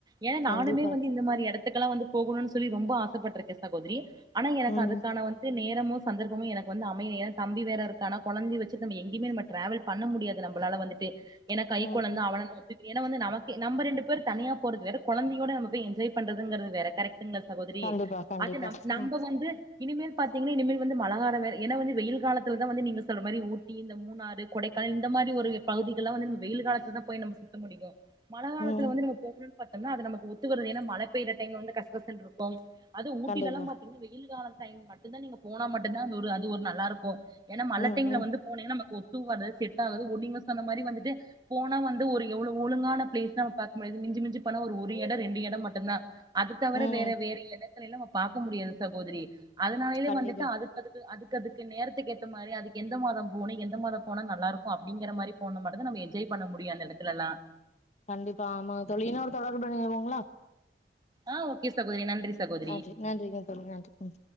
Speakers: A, on the right (about 20°); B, on the left (about 40°).
A: ஏன்னா
B: கண்டிப்பா
A: நானுமே வந்து இந்த மாரி எடத்துக்கெல்லா வந்து போகணும்ன்னனு சொல்லி ரொம்ப ஆசைப்படிடுருக்கே சகோதரி ஆனா எனக்கு
B: ம்
A: அதுக்கான வந்து நேரமோ சந்தர்ப்பமு எனக்கு வந்து அமைய ஏ தம்பி வேற இருக்கான கொழந்தை வச் ச்சுட்டு நம்ம எங்கயுமே நம்ம டிரவல் பண்ண முடியாது நம்மளால வந்துட்டு ஏன்னா கைக்குழந்தா
B: ம் ம்
A: அவன நம்ம த்து ஏன்னா வந்து நமக்கு நம்ம ரெண்டு பேரு தனியா போறது வேற கொழந்தையோட நம்ம போய் என்ஜாய் பண்றதுங்கிறது வேற கரெக் ங்க சகோதரி
B: கண்டிப்பா கண்டிப்பா
A: அது நம் நம்ம
B: ம்
A: வந்து இனிமேல் பாத்தீங்கன்னா இனிமேல் வந்து மழ கால வேற ஏன்னா வந்து வெயில் காலத்துலா வந்து நீங்க சொல்றமாரி ஊ ட்டி இந்த மூணாறு கொடைக்கானல் இந்த மாரி ஒரு பகுதிகள் எல்லா வந்து வெயில் காலத்துல தா போய் நம்ம சுத்த முடியு மழ காலத்துல
B: ம்
A: வந்து நம்ம போகணுனு பாத்தம்னா அது நமக்கு ஒத்து வருறது ஏன்ன மழ பெயற டைம் வந்து கசகசன்னு இருக் <unintelligible> அது ஊட்டில்லா
B: கண்டிப்பா
A: ப <unintelligible> வெயில் கால டைம் மட்டுதா நீங்க போனா மட்டுதா அது ஒரு அது ஒரு நல்லா இருக்கு ஏன்னா மழ
B: ம்
A: டைம்ல
B: ம்
A: வந்து போனீன்னா நமக்கு ஒத்து வறது செட் ஆகாது ஓ நீங்க சொன்ன மாரி வந்துட்டு போனா வந்து ஒரு எவ்வளவு ஒழுங்கான பிளேஸ் நம்ம பாக் முடியாது மிஞ்சி மிஞ்சிப் போன ஒரு எடோ ரெண்டு எடோ மட்டுதா அது தவிர
B: ம்
A: வேற வேற எடத்தைல்லா நம்ம பார்க்க முடியாது சகோதரி அதனாலயே
B: கண்டிப்பா
A: வந்துட்டு அதுக்கு அதுக்கு அதுக்கு அதுக்கு நேரத்துக்கு ஏத்த மாதிரி அதுக்கு எந்த மாதம் போனு எந்த மாதம் போனா நல்லா இருக்கூ அப்படிங்கிற மாதிரி போனமட்டூ தா நம்ம என்ஜாய் பண்ண முடியூ அந்த எடத்துலல்லா
B: கண்டிப்பா ஆமாங் தோழி இன்னெரு தொடர்புள நீங்க வரூ வீங்களா
A: ஆ ஓகே சகோதரி நன்றி சகோதரி
B: நன்றி நன்றிங்க தோழி நன்றி ம்